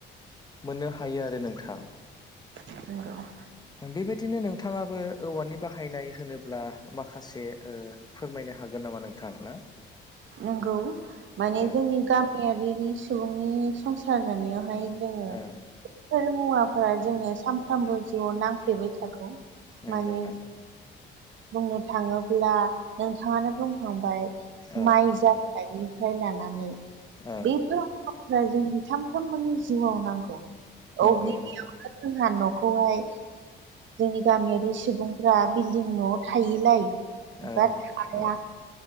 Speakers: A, on the left; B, on the right.
A: मोननो हायो आरो नोंथां।
B: <inaudible>
A: बेबायदिनो नोंथाङाबो औवानि बाहायनाय होनोब्ला माखासे फोरमायनो हागोन नामा नोंथां ना?
B: नंगौ माने
A: औ
B: जोंनि गामियारिनि सुबुंनि संसार जानायावहाय जोङो
A: औ
B: मुवाफोरा जोंनो सानफ्रामबो जिउआव नांफ्लेबाय थागौ
A: नंगौ
B: माने
A: नंगौ
B: बुंनो थाङोब्ला नोंथाङानो बुंखांबाय
A: औ
B: माइजा निफ्राय लानानै
A: औ
B: बेफोर जोंनि सामफ्रोमबोनि जिउआव नांगौ
A: नंगौ
B: गिबियाव
A: नंगौ
B: जोंहा न'खौहाय जोंनि गामियारि सुबुंफ्रा बिल्डिं न' थायलाया
A: औ
B: थाया।
A: औ